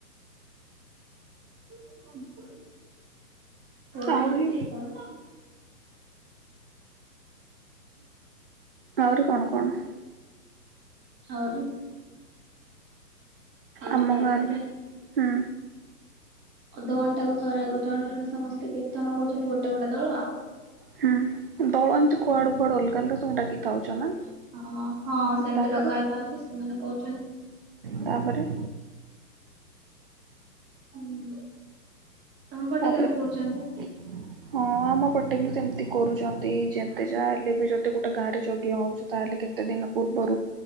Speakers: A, on the right; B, on the right.
A: <inaudible> କରୁଛନ୍ତି।
B: ଆହୁରି
A: ତା <unintelligible>
B: ଆହୁରି କଣ କଣ?
A: <inaudible> ଆହୁରି ଆହୁରି
B: ଆମ
A: ତାପରେ
B: ଗାଁରେ--ହଁ।
A: ଅଧଘଣ୍ଟା କୁ ଥରେ ଗୋ ଜଣେ ଜଣେ ସମସ୍ତେ କୀର୍ତ୍ତନ କରୁଚନ୍ତି ଗୋଟେ ଗୋଟେ ଦଳ। ଆ
B: ହୁଁ ଦଳ ଏମିତି କୁଆଡୁ
A: ହୁଁ।
B: କୁଆଡୁ ଅଲଗା ଅଲଗା ସବୁ ଡାକିଥାଉଚ ନା।
A: ହଁ ହଁ ସେମିତି
B: ତାପରେ
A: ଡକା ହେଇଥାନ୍ତିଚ ସେମାନେ କହୁଚନ୍ତି।
B: <inaudible> ତାପରେ
A: ହୁଁ ତମ ପଟେ
B: ତାପରେ
A: କେମିତି କରୁଚନ୍ତି?
B: <inaudible> ହଁ ଆମ ପଟେ ବି ସେମିତି କରୁଚନ୍ତି, ଯେତେ ଯା ହେଲେ ବି ଯଦି ଗୋଟେ ଗାଁରେ ଯଜ୍ଞ ହୋଉଚି ତାହେଲେ କେତେ ଦିନ ପୂର୍ବରୁ